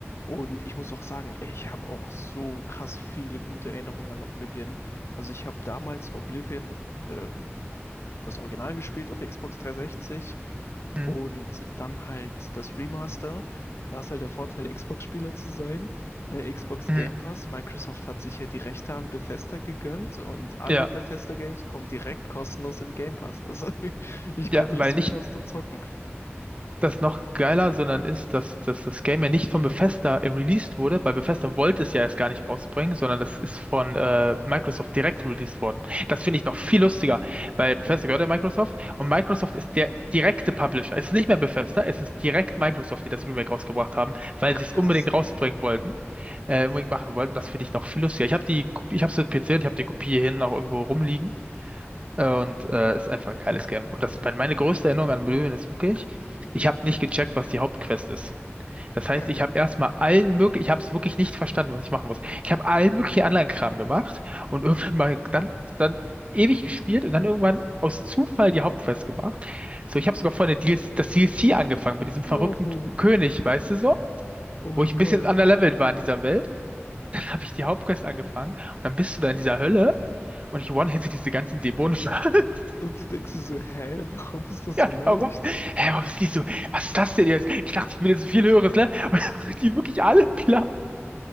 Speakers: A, on the left; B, on the right.
A: Und ich muss auch sagen, ey, ich habe auch so krass viele gute Erinnerungen an Oblivion. Also ich habe damals Oblivion, ähm, das Original gespielt auf Xbox 360.
B: Mhm.
A: Und dann halt das Remaster. Da ist halt der Vorteil, Xbox-Spieler zu sein. Ne, Xbox
B: Mhm.
A: Game Pass. Microsoft hat sich ja die Rechte an Bethesda gegönnt und alle
B: Ja,
A: Bethesda-Games kommen direkt kostenlos in Game Pass. Also <laughs> ich konnte
B: ja, weil
A: das
B: nicht
A: Remaster zocken.
B: das noch geiler, sondern ist, dass, dass das Game ja nicht von Bethesda äh, released wurde, weil Bethesda wollte es ja erst gar nicht rausbringen, sondern das ist von äh, Microsoft direkt released worden. Das finde ich noch viel lustiger, weil Bethesda
A: Oh,
B: gehört ja Microsoft und Microsoft ist der direkte Publisher. Es ist nicht mehr Bethesda, es ist direkt Microsoft, die das Remake rausgebracht haben, weil
A: ach
B: sie es
A: krass.
B: unbedingt rausbringen wollten, äh, unbedingt machen wollten. Das finde ich noch viel lustiger. Ich habe die, ich habe es mit PC und ich habe die Kopie hier hinten auch irgendwo rumliegen. Äh, Und äh, ist einfach ein geiles Game. Und das, mein- meine größte Erinnerung an Oblivion ist wirklich, ich habe nicht gecheckt, was die Hauptquest ist. Das heißt,
A: <laughs>
B: ich habe erstmal allen möglichen, ich habe es wirklich nicht verstanden, was ich machen muss. Ich habe allen möglichen anderen Kram gemacht und irgendwann mal dann, dann ewig gespielt und dann irgendwann aus Zufall die Hauptquest gemacht. So, ich habe sogar vorher eine DLC, das DLC angefangen mit diesem
A: No,
B: verrückten König, weißt du so?
A: oh mein
B: Wo ich ein
A: Gott.
B: bisschen underlevelt war in dieser Welt, habe ich die Hauptquest angefangen und dann bist du da in dieser Hölle und ich one-hitte diese ganzen Dämonen. <laughs>
A: Und du denkst dir so, hä, warum ist das
B: Ja,
A: so leicht?
B: warum? Hä, warum ist die so? Was ist das denn jetzt? Ich dachte, ich will jetzt ein viel höheres Level. <laughs> Und dann macht die wirklich alle klar.